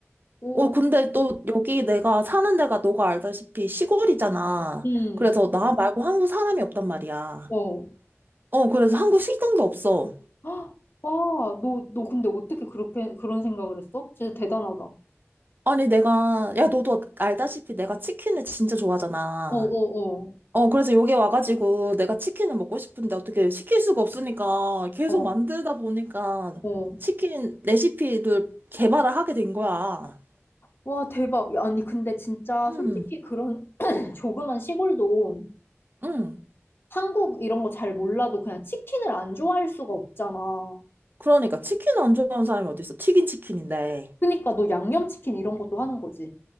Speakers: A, on the left; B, on the right.
A: 오,
B: 근데 또 여기 내가 사는 데가 너가 알다시피 시골이잖아.
A: 응,
B: 그래서 나 말고 한국 사람이 없단 말이야.
A: 어.
B: 어, 그래서 한국 식당도 없어.
A: 헉, 와, 너, 너 근데 어떻게 그렇게, 그런 생각을 했어? 진짜 대단하다. 어,
B: 아니, 내가, 야, 너도 알다시피 내가 치킨을 진짜 좋아하잖아.
A: 어, 어.
B: 어, 그래서 여기 와가지고 내가 치킨을 먹고 싶은데 어떻게 시킬 수가 없으니까 계속
A: 어,
B: 만들다 보니까
A: 어.
B: 치킨 레시피를 개발을 하게 된 거야.
A: 와, 대박. 야, 아니, 근데 진짜
B: 응,
A: 솔직히 그런 <clears throat> 조그만 시골도
B: 응.
A: 한국 이런 거 잘 몰라도 그냥 치킨을 안 좋아할 수가 없잖아.
B: 그러니까 치킨 안 좋아하는 사람이 어딨어? 튀긴 치킨인데.
A: 그러니까 너 양념치킨 이런 것도 하는 거지.